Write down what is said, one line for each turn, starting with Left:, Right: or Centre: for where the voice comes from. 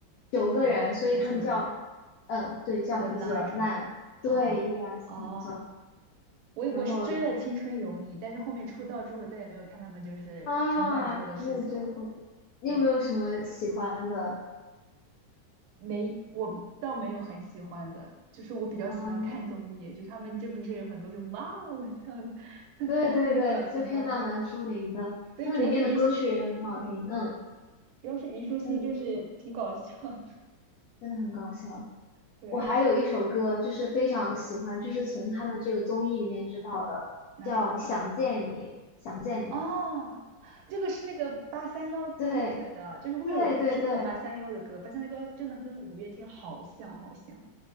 Left: 九个人，
Right: 是吧？
Left: 所以他们叫，
Right: 啊，九个人
Left: 嗯，对，叫惹难，
Right: ，The Nine 是吗？
Left: 对，yes，
Right: 哦哦
Left: 没错。
Right: 我我是追了《青春有你》，
Left: 然后
Right: 但是后面出道之后，我再也没有看他们就是成团之后的事情了。
Left: 啊，你有追过？你有没有什么喜欢的？
Right: 对，没，我倒没有很喜欢的，就是我比较喜欢看综艺，
Left: 嗯，
Right: 就是他们就不是有很多是哇哦这样的 <laughs>
Left: 对对对，
Right: 那个表情包吗？
Left: 这片段蛮出名的，
Right: 对，
Left: 他们里面的歌曲也很好听，
Right: 主要是虞兮，嗯，
Left: 嗯，
Right: 主要是虞书欣，
Left: 他们
Right: 就是挺搞笑的。
Left: 真的很搞笑。
Right: 对，
Left: 我还有一首歌就是非常喜欢，就是从他们这个综艺里面知道的，
Right: 哪首歌？
Left: 叫《想见你》，想见你，
Right: 哦，这个是那个八三幺乐队的，
Left: 对
Right: 就是后面我就听了八三幺的歌，
Left: 对对对。
Right: 八三幺的歌真的跟五月天好像，好像。